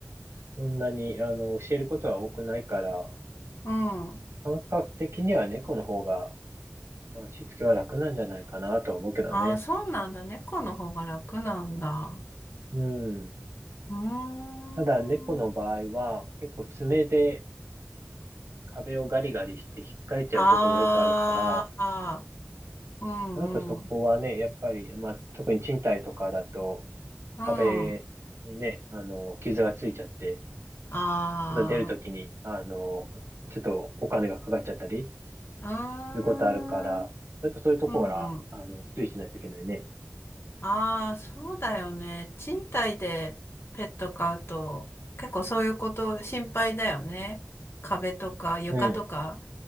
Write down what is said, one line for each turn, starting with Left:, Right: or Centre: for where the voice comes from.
Right: そんなに、あの、教えることは多くないから、
Left: うん。
Right: 感覚的には猫の方が、まあしつけは楽なんじゃないかなとは思うけどね。
Left: ああ、そうなんだ。猫の方が楽なんだ。
Right: うん。
Left: うーん、
Right: ただ、猫の場合は、
Left: うん。
Right: 結構爪で壁をガリガリして引っかいちゃうことがよくあるから、
Left: ああ、うん、
Right: あとそこはね、
Left: うん。
Right: やっぱり、まあ、特に賃貸とかだと、
Left: うん。
Right: 壁にね、あの、傷がついちゃって、
Left: あ
Right: ちょっと出るときに、あの、ちょっとお金がかかっちゃったり
Left: あ、
Right: することあるから、
Left: うーん。う
Right: ちょっとそういうところは、
Left: んうん。
Right: あの、注意しないといけないね。
Left: ああ、そうだよね。賃貸でペット飼うと、結構そういうこと心配だよね。壁とか床とか、
Right: うん、